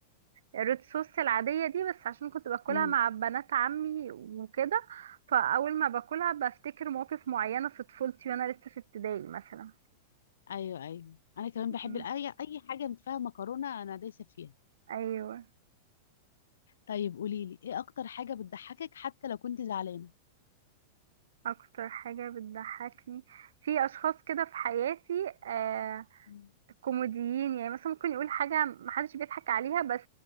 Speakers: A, on the right (about 65°); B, on the left (about 65°).
A: الريد صوص العاديه دي بس عشان كنت باكلها
B: مم.
A: مع بنات عمي وكده فاول ما باكلها بفتكر مواقف معينه في طفولتي وانا لسه في ابتدائي مثلا
B: ايوه ايوه انا كمان
A: مم.
B: بحب ال- اي اي حاجه فيها مكرونه انا دايسه فيها
A: ايوه
B: طيب قولي لي ايه اكتر حاجه بتضحكك حتى لو كنت زعلانه
A: اكتر حاجه بتضحكني في اشخاص كده في حياتي آم،
B: مم.
A: كوميديين يعني مثلا ممكن يقول حاجة محدش بيضحك عليها بس